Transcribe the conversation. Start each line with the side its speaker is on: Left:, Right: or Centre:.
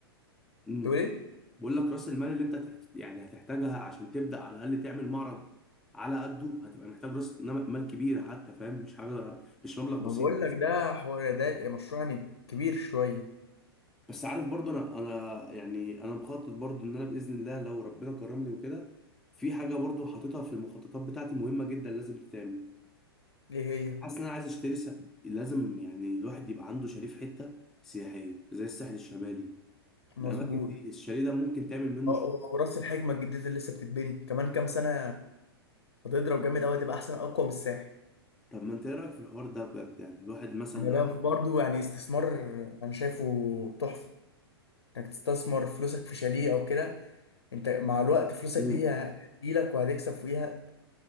Centre: امم
Left: تقول ايه
Centre: بقول لك راس المال اللي انت تحت... يعني هتحتاجها عشان تبدا على الاقل تعمل معرض على قده هتبقى محتاج راس إنما- مال كبيره حتى فاهم مش حاجه مش مبلغ
Left: ما
Centre: بسيط
Left: بقول لك ده حوار ده مشروع يعني كبير شويه
Centre: بس عارف برضو انا انا يعني انا مخطط برضو ان انا باذن الله لو ربنا كرمني وكده في حاجه برضو حاططها في المخططات بتاعتي مهمه جدا لازم تتعمل
Left: ايه هي
Centre: حاسس ان انا عايز اشتري س... لازم يعني الواحد يبقى عنده شاليه في حته سياحيه زي الساحل الشمالي
Left: مظبوط
Centre: الاماكن دي الشاليه ده ممكن تعمل منه
Left: اه
Centre: شغل
Left: اه أه، وراس الحكمه الجديده اللي لسه بتتبني كمان كام سنه هتضرب جامد قوي هتبقى احسن اقوى من الساحل
Centre: طب ما انت ايه رايك في الحوار ده بجد يعني الواحد مثلا
Left: ما
Centre: لو
Left: ده برضو يعني استثمار انا شايفه تحفه انك تستثمر فلوسك في شاليه او كده انت مع الوقت فلوسك
Centre: مم.
Left: دي هتجيلك وهتكسب فيها